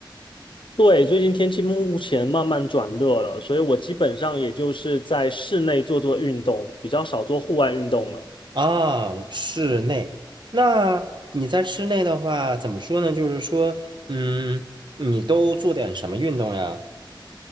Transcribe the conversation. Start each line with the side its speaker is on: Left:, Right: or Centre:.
Left: 对，最近天气目前慢慢转热了，所以我基本上也就是在室内做做运动，比较少做户外运动了。
Right: 啊，室内。那你在室内的话，怎么说呢？就是说，嗯，你都做点什么运动呀？